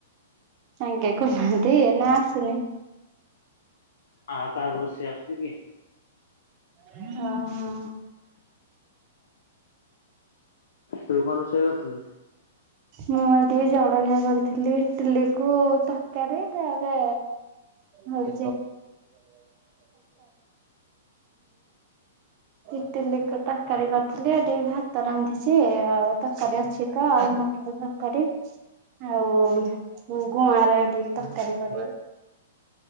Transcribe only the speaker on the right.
ଆଙ୍ଗେ କନାହାନ୍ତି ନା ଆସୁନି
ହଁ ହଁ
ମୁଁ ଟିକେ ଜଳଖିଆ କରିଥିଲି ଇଟିଲି କ ତରକାରୀ ତାରେ ହଉଁ ଇଟ ତରକାରୀ କରିଥିଲି ଏଠି ଭାତ ରାନ୍ଧିଛି ଆଉ ତରକାରୀ ଅଛି ତ ମଟ ତରକାରୀ ଆଉ ଗୁଆଁ ର ଏଠି ତରକାରୀ କରି